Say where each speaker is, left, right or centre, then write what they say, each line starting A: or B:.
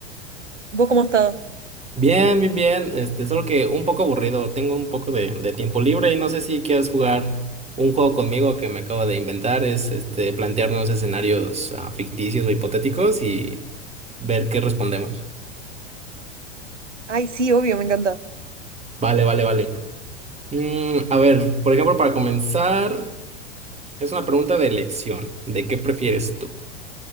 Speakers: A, on the right; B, on the right.
A: ¿Vos cómo has estado?
B: Bien, bien, bien. Este, solo que un poco aburrido. Tengo un poco de, de tiempo libre y no sé si quieres jugar un juego conmigo que me acabo de inventar. Es este, plantearnos escenarios ah, ficticios o hipotéticos y ver qué respondemos.
A: Ay, sí, obvio, me encanta.
B: Vale, vale, vale. Mm, a ver, por ejemplo, para comenzar, es una pregunta de elección. ¿De qué prefieres tú?